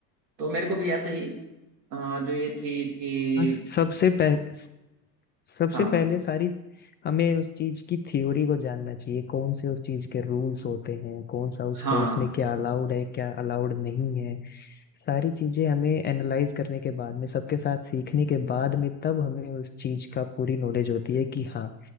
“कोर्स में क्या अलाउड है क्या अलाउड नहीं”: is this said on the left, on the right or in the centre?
Left